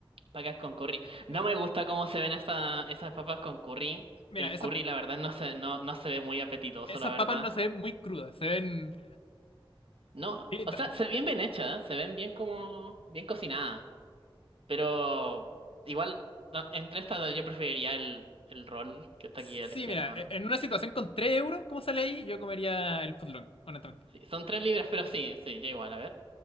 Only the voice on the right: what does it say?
Papas con curry. No
me gusta cómo se ven esa- esas papas con curry.
El
curry, la verdad, no se, no, no se ve muy apetitoso,
la verdad.
No,
o
sea, se ven bien hechas, se ven bien como, bien cocinadas. Pero igual, no, entre estas yo preferiría el, el roll que está
aquí a la izquierda.
Sí, son tres libras, pero sí, sí, ya igual, a ver.